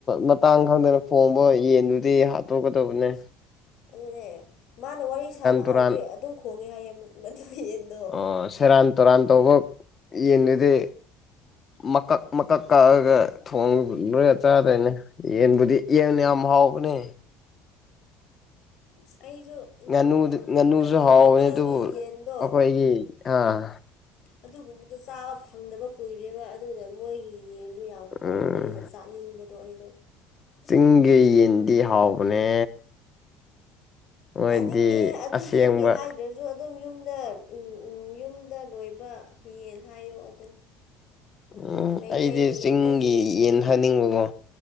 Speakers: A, on the left; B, on the left.
A: ꯃꯇꯥꯡ ꯈꯪꯗꯅ ꯈꯣꯡꯕ ꯌꯦꯟꯗꯨꯗꯤ ꯍꯥꯠꯇꯣꯛꯀꯗꯧꯕꯅꯦ
B: ꯑꯗꯨꯅꯦ ꯃꯥꯅ ꯋꯥꯔꯤ ꯁꯥꯕ ꯍꯧꯔꯗꯤ
A: ꯇꯨꯔꯥꯟ
B: ꯑꯗꯨꯝ ꯈꯣꯡꯉꯦ ꯍꯥꯏꯌꯦ ꯃꯗꯨ ꯌꯦꯟꯗꯣ
A: ꯑꯣ ꯁꯦꯔꯥꯟ ꯇꯨꯔꯥꯟ ꯇꯧꯕ ꯌꯦꯟꯗꯨꯗꯤ ꯃꯀꯛ ꯃꯀꯛ ꯀꯛꯑꯒ ꯊꯣꯡ ꯂꯣꯏꯔ ꯆꯥꯗ꯭ꯔꯣꯏꯅꯦ ꯌꯦꯟꯕꯨꯗꯤ ꯌꯦꯡꯅꯤ ꯝ ꯍꯥꯎꯒꯅꯦ
B: ꯑꯁ ꯑꯩꯁꯨ
A: ꯉꯥꯅꯨꯗ ꯉꯥꯅꯨꯁꯨ
B: ꯑꯩꯈꯣꯏꯒꯤ
A: ꯍꯥꯎꯕꯅꯦ
B: ꯂꯣꯀꯦꯜꯒꯤ
A: ꯑꯗꯨꯕꯨ
B: ꯌꯦꯟꯗꯣ
A: ꯑꯩꯈꯣꯏꯒꯤ ꯑꯥ
B: ꯑꯗꯨꯒꯨꯝꯕꯗ ꯆꯥꯕ ꯐꯪꯗꯕ ꯀꯨꯏꯔꯦꯕ ꯑꯗꯨꯅ ꯃꯣꯏꯒꯤ ꯌꯦꯟꯗꯣ ꯌꯥꯝ ꯈꯣꯡꯕꯅꯤꯅ
A: ꯎꯝ
B: ꯆꯥꯅꯤꯡꯕꯗꯣ ꯑꯩꯗꯣ
A: ꯆꯤꯡꯒꯤ ꯌꯦꯟꯗꯤ ꯍꯥꯎꯕꯅꯦ ꯃꯣꯏꯗꯤ
B: ꯇꯥꯅꯤꯡꯗꯦꯍꯦ ꯑꯗꯨꯝ
A: ꯑꯁꯦꯡꯕ
B: ꯆꯤꯡꯒꯤ ꯍꯥꯏꯗ꯭ꯔꯁꯨ ꯑꯗꯨꯝ ꯌꯨꯝꯗ ꯌꯨꯝꯗ ꯂꯣꯏꯕ ꯌꯦꯟ ꯍꯥꯏꯌꯣ ꯑꯗꯨꯝ
A: ꯎꯝ
B: ꯃꯩꯇꯩꯁꯨ
A: ꯑꯩꯗꯤ
B: ꯃꯩꯇꯩ
A: ꯆꯤꯡꯒꯤ
B: ꯍꯥꯏꯌꯦ
A: ꯌꯦꯟ ꯍꯥꯥꯅꯤꯡꯕꯀꯣ